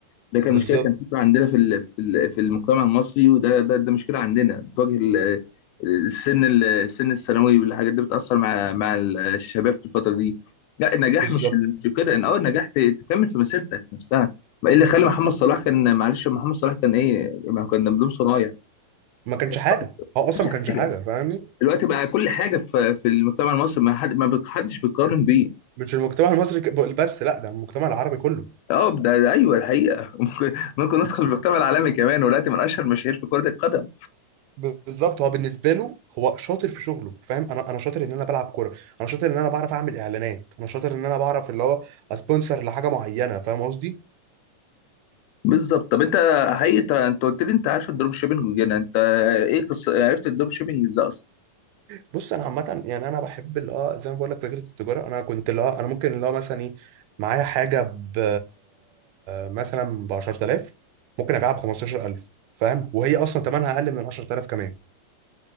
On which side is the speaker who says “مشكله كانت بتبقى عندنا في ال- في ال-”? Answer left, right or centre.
Left